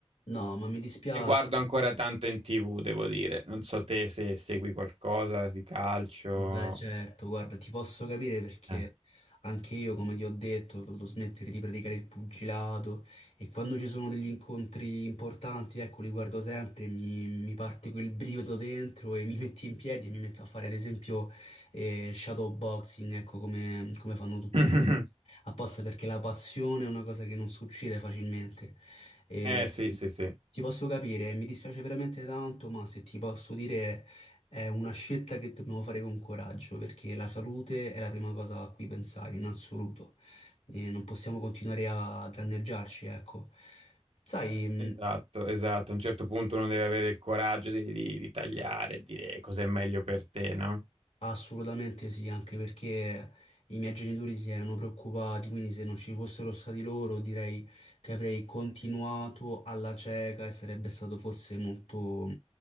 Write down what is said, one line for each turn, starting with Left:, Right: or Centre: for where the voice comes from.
Left: no, ma mi dispiace.
Right: Ne guardo ancora tanto in TV, devo dire. Non so te se segui qualcosa di calcio.
Left: Beh, certo, guarda, ti posso capire perché
Right: Eh.
Left: anche io, come ti ho detto, ho dovuto smettere di praticare il pugilato e quando ci sono degli incontri importanti, ecco, li guardo sempre e mi, mi parte quel brivido dentro e mi metti in piedi e mi metto a fare, ad esempio, eh, shadow boxing, ecco, come, come fanno tutti
Right: <laughs>
Left: apposta perché la passione è una cosa che non succede facilmente. E
Right: Eh sì, sì, sì,
Left: ti posso capire, mi dispiace veramente tanto, ma se ti posso dire è una scelta che dobbiamo fare con coraggio, perché la salute è la prima cosa a cui pensare in assoluto. E non possiamo continuare a danneggiarci, ecco. Sai, mh,
Right: esatto, esatto. A un certo punto uno deve avere il coraggio di, di- di tagliare e dire cos'è meglio per te, no?
Left: Assolutamente sì, anche perché i miei genitori si erano preoccupati, quindi se non ci fossero stati loro direi che avrei continuato alla cieca e sarebbe stato forse molto,